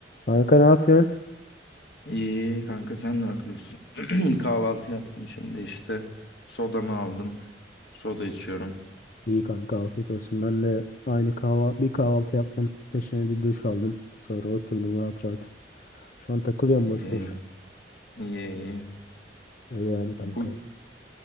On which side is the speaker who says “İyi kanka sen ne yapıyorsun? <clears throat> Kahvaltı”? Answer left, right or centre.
Left